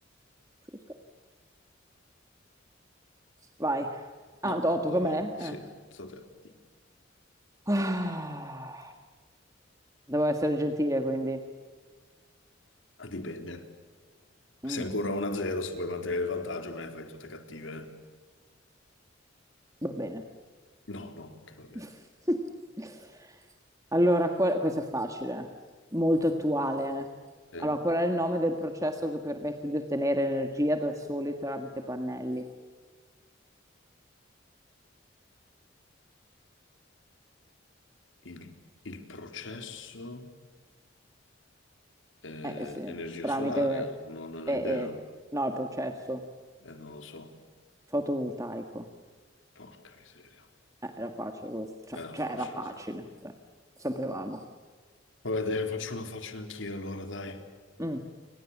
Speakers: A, on the right (about 15°); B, on the left (about 80°).
A: Giusto. Vai. Ah,
B: No,
A: to-
B: do-
A: tocca
B: dove
A: a me?
B: vado? Sì,
A: Eh.
B: state...
A: <sighs> Ah, devo essere gentile, quindi.
B: Ah, dipende. Se
A: Mm,
B: è ancora 1-0, se vuoi mantenere il vantaggio, me le fai tutte cattive.
A: va bene.
B: No, no, che va bene.
A: <laughs> Allora, qual- questo è facile, molto attuale. eh.
B: Eh,
A: Allora, qual è il nome del processo che permette di ottenere energia da soli tramite pannelli?
B: il, il processo è
A: Eh, eh, se-
B: energia
A: tramite...
B: solare? Non ne ho
A: eh,
B: idea.
A: eh, no, il processo
B: Eh, non lo so.
A: fotovoltaico.
B: Porca miseria.
A: Eh, era facile questo, cioè,
B: Era
A: cioè,
B: facile,
A: era facile,
B: sì.
A: cioè, sapevamo.
B: Vabbè, te ne faccio una faccia anch'io, allora, dai.
A: Mm,